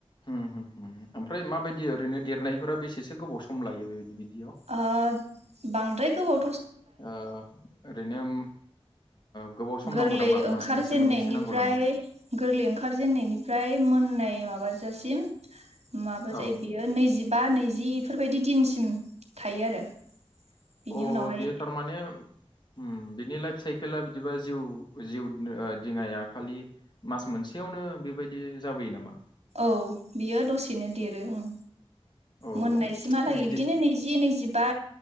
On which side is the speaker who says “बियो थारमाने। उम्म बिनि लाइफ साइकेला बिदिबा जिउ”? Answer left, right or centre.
Left